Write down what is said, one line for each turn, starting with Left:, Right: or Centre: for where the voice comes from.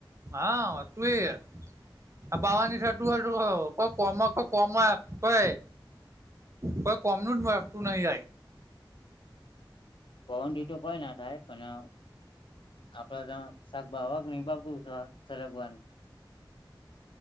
Right: હ <unintelligible> આ પવા નિશ તું હતું. <unintelligible> કોઈ કોઈ કમનું જ વસ્તુ નહી
Left: પવનડી તો કોઈ ના થાય. પણ <unintelligible> આપડે ત્યા શાકભા <unintelligible> સરગવાનું